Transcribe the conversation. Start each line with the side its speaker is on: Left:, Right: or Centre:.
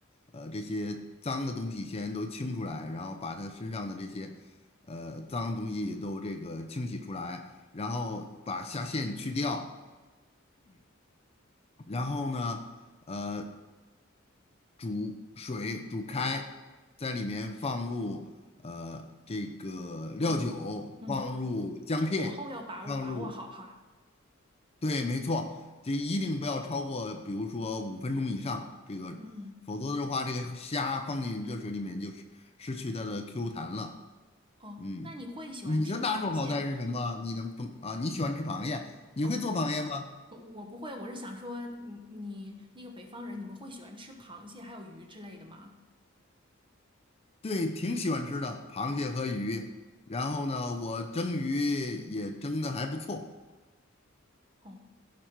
Left: 呃这些脏的东西先都清出来，然后把它身上的这些呃脏东西都这个清洗出来，然后把虾线去掉，然后呢，呃。煮水煮开，在里面放入呃这个料酒，
Right: 哦。嗯。
Left: 放入姜片，
Right: 这火候要把握把握好哈。
Left: 放入，对，没错，这一定不要超过，比如说五分钟以上，这个否则的话，
Right: 嗯，
Left: 这个虾放进热水里面就是失去它的 Q 弹了。
Right: 哦，
Left: 嗯，
Right: 那你会喜欢吃螃蟹？
Left: 你的拿手好菜是什么？你能烹啊？你喜欢吃螃蟹？你会做螃蟹吗？
Right: 哦，我我不会，我是想说你你那个北方人，你们会喜欢吃螃蟹还有鱼之类的吗？
Left: 对，挺喜欢吃的，螃蟹和鱼。然后呢，我蒸鱼也蒸的还不错。
Right: 哦，